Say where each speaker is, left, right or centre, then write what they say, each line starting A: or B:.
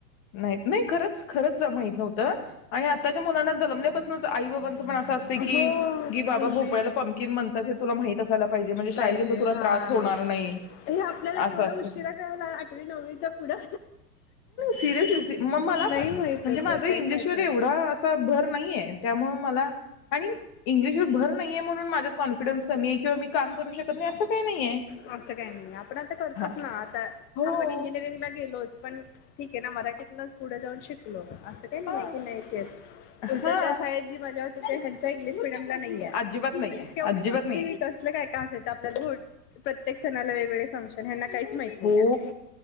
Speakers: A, on the left; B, on the left.
A: माहित नाही, नाही खरंच खरंच माहित नव्हतं आणि आताच्या मुलांना जणमल्यापासूनच आई बाबांच पण असं असत
B: हो
A: की बाबा
B: इंग्लिश
A: भोपळ्याला पंम्कीन म्हणतात हे तुला माहित असायला पाहिजे म्हणजे शाळेत
B: पाहिजे
A: तुला
B: हा.
A: त्रास होणार नाही
B: हे आपल्याला केवढं
A: असं असतं
B: उशिरा कळालं आठवी नववीच्या पुढं
A: सिरीयसली मग मला
B: नाही
A: पण
B: माहित
A: म्हणजे
B: होतं
A: माझ इंग्लिशवर
B: काहीच माहित नव्हतं.
A: एवढा असा भर नाहीये त्यामुळे मला आणि इंग्लिशवर भर नाहीे म्हणून माझ कॉन्फिडन्स कमी आहे किंवा मी काम करू शकत नाही असं काही नाही आहे
B: असं काही नाही आपण आता करतोच
A: हा
B: ना आता
A: हो
B: आपण इंजिनिअरिंगला गेलोच पण ठीक आहे ना मराठीत तुनच पुढे जाऊन शिकलो असं काही नाही
A: हा
B: आहे की नाहीच येत उलट
A: हा
B: त्या शाळेत जी मजा होती ते ह्या लिस्टगंढला नाही ये
A: अजिबात नाहीये
B: केवढी
A: अजिबात
B: मस्ती
A: नाहीये
B: कसलं काय का असायचं आपल्यात थोंड प्रत्येक सणाला वेगळे फंक्शन काहीच माहित नाही
A: हो
B: आहे.